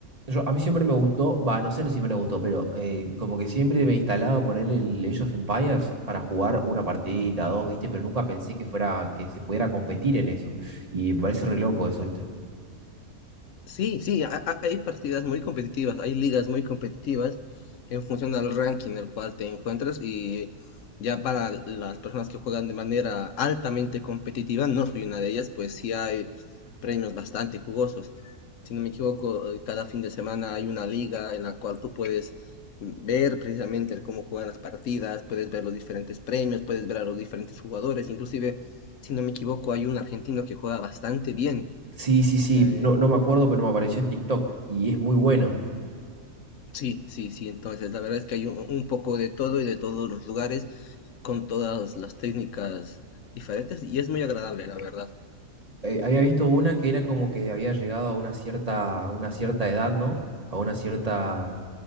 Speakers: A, on the right (about 25°); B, on the left (about 65°).
A: yo, a mí siempre me gustó, va, no sé si me gustó, pero eh, como que siempre me instalaba por él el Age of Empires para jugar una partidita, dos, ¿viste? Pero nunca pensé que fuera, que se pudiera competir en eso. Y me parece re loco eso, ¿viste?
B: Sí, sí, ha- ha- hay partidas muy competitivas, hay ligas muy competitivas en función del ranking en el cual te encuentras y ya para las personas que juegan de manera altamente competitiva, no soy una de ellas, pues sí hay premios bastante jugosos. Si no me equivoco, eh, cada fin de semana hay una liga en la cual tú puedes mm, ver precisamente el cómo juegan las partidas, puedes ver los diferentes premios, puedes ver a los diferentes jugadores, inclusive, si no me equivoco, hay un argentino que juega bastante bien
A: Sí, sí, sí,
B: eh,
A: no, no me acuerdo, pero me apareció en TikTok y es muy bueno.
B: Sí, sí, sí, entonces la verdad es que hay un, un poco de todo y de todos los lugares con todas las técnicas diferentes y es muy agradable, la verdad.
A: eh, había visto una que era como que había llegado a una cierta, a una cierta edad, ¿no? A una cierta